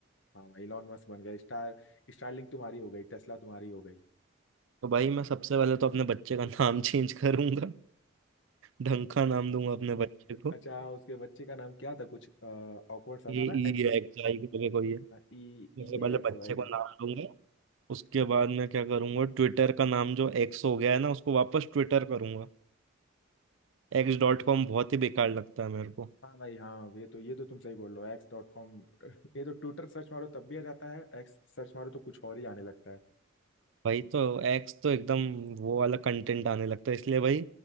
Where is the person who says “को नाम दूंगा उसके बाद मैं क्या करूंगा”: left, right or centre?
Right